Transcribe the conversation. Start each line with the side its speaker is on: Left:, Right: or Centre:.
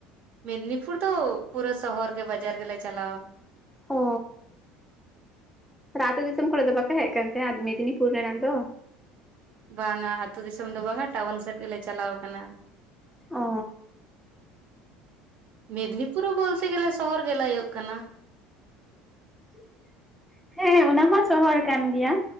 Right: ᱢᱮᱫᱽᱱᱤᱯᱩᱨ ᱫᱚ ᱯᱩᱨᱟᱹ ᱥᱚᱦᱚᱨ ᱜᱮ ᱵᱟᱡᱟᱨ ᱜᱮᱞᱮ ᱪᱟᱞᱟᱣᱟ
Centre: ᱚ ᱟᱛᱳ ᱫᱤᱥᱚᱢ ᱠᱚᱨᱮ ᱫᱚ ᱵᱟᱯᱮ ᱦᱮᱜ‌ ᱠᱟᱱᱛᱮ ᱢᱮᱫᱽᱱᱤᱯᱩᱨ ᱨᱮᱱᱟᱜ ᱫᱚ
Right: ᱵᱟᱝᱟ ᱟᱹᱛᱩ ᱫᱤᱥᱚᱢ ᱫᱚ ᱵᱟᱝᱟ ᱴᱟᱣᱩᱱ ᱥᱮᱫ ᱜᱮᱞᱮ ᱪᱟᱞᱟᱣ ᱠᱟᱱᱟ᱾
Centre: ᱚ
Right: ᱢᱮᱫᱽᱱᱤᱯᱩᱨ ᱵᱚᱞᱛᱮ ᱜᱮᱞᱮ ᱥᱚᱦᱚᱨ ᱜᱮ ᱞᱟᱹᱭᱳᱜ ᱠᱟᱱᱟ᱾
Centre: <inaudible> ᱦᱮᱸ ᱚᱱᱟ ᱦᱚᱸ ᱥᱚᱦᱚᱨ ᱠᱟᱱ ᱜᱮᱭᱟ